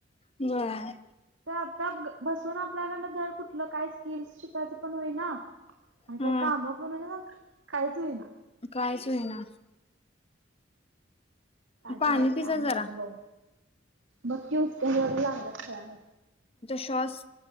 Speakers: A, on the left; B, on the right.
A: व्हय.
B: <unintelligible> तर आता बसून आपल्याकड जर कुठलं काही स्किल्स शिकायचं पण होईना. आणि
A: हा
B: का काम पण <unintelligible> काहीच होईना.
A: कायच होना
B: काय
A: पाणी
B: करायचं
A: पि
B: काम
A: जा
B: आहे
A: जरा
B: आता बऊ बघकी उसक व लागला खवर
A: श्वास